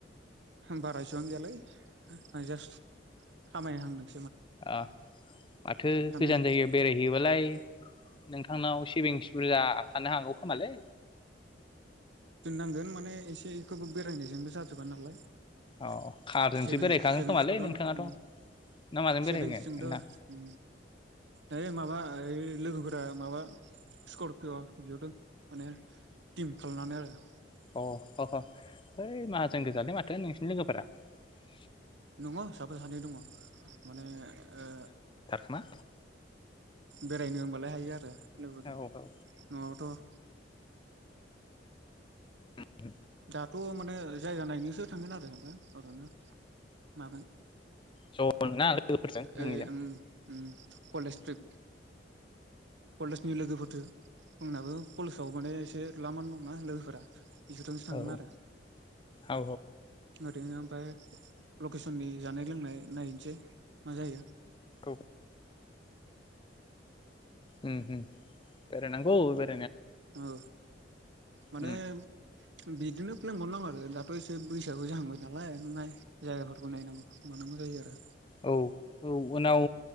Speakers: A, on the right; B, on the left.
A: बारा एसेबां गैयाालाय आं जास्त खामाय हांदों ।
B: आ माथो
A: खामायहां
B: गोजान जायगायाव बेरायहैयोबालाय नोंथांनाव सेभिंस बुरजा थानो हागौ खोमालै?
A: दोननांगोन माने एसेखौबो बेरायनायजोंबो जाजोबा नालाय ।
B: औ कारजोंसो
A: सेभिंस
B: बेरायखागोन
A: सेभिंसखोथ'
B: खोमालै नोंथाङाथ'
A: उम
B: ना माजों बेरायहैगोन
A: सेभिंसजोंथ'
B: नोंथां
A: उम ओइ माबा ओइ लोगोफोरा माबा स्करपिय बिहरदों। माने टिम खालामनानै आरो । <inaudible>
B: अ ह ह ओइ माहाजोन गोजालै माथो नोंसिनि लोगोफोरा ।
A: दङ साफा सानै दङ माने ओ
B: मा?
A: बेरायनो होनबालाय हायो आरो लोगोदं
B: औ औ
A: नंआबाथ'
B: उम
A: दाथ' माने जायगा नायनोसो थांगोन आरो जोंबो अर'नो मामोन
B: ज'नोना लोगोफोरजों नोंनिजों
A: ओइ उम ओम कलेज ट्रिप कलेजनि लोगोफोर जो फुंनाबो कलेजाव माने एसे द्लामानो दंना लोगोफोरा इसोरजोंसो थांगोन
B: औ
A: आरो
B: औ
A: ओरैनो ओमफ्राय लकेसननि जानाय लोंनाय नायनोसै मा जायो
B: औ उम उम बेराय नांगौ एबारो
A: ओ माने
B: उम
A: बिदिनो प्लेन बनायनांगौ आरो दाथ' एसे बैसो आबो जाहांबाय नालाय नाय जायगाफोरखौ नायनांगौ मानांगौ जायो आरो।
B: औ औ उनाव